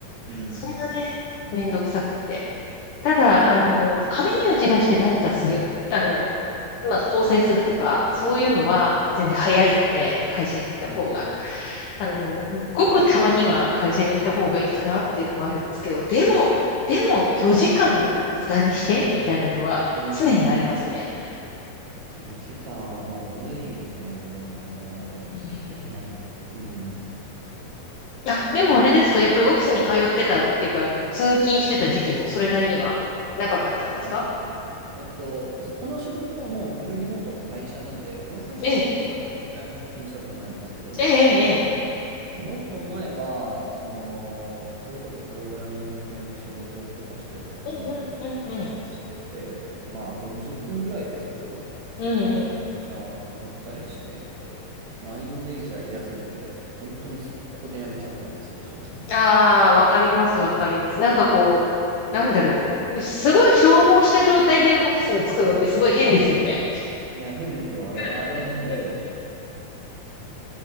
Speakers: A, on the right; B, on the left.
A: うん。
B: それがね、めんどくさくって。ただ、あの、紙に打ち出して何かする、あの、まあ、構成するとか、そういうのは全然早いんで、
A: うん。
B: 会社に行った方が。
A: うん。
B: あの、ごくたまには会社に行った方がいいかなっていうのもあるんですけど、でも、でも4時間無駄にしてみたいなのは常にありますね。
A: <laughs> うん。4時間はもう無理ですね。自分はもうできない。
B: うん
A: うん。
B: あ、でもあれですか、
A: あの、
B: やっぱりオフィスに通ってたっていうか、あの、通勤してた時期もそれなりには長かったんですか
A: まあ、えっと、この仕事はもうフルリモートの会社なんで、この会社入ってから一回も出勤したことないんですけど、
B: ええ、ええ、ええ。ええ
A: もっと前は、その、それこそプログラミング系の仕事とかしてた時、
B: うんうんうんうん。
A: 出社してて、まあ40分ぐらいですけど、
B: うん
A: 電車乗ったりして、で、満員電車嫌すぎて、本当に速攻で辞めちゃったんですけど、仕事。
B: ああ、わかります、わかります。
A: <laughs>
B: なんかこう、なんだろう。すごい消耗した状態でオフィスに着くのってすごい変ですよね。
A: いや、変ですよ。あれは、
B: 仕事するの
A: あれは変ですよ。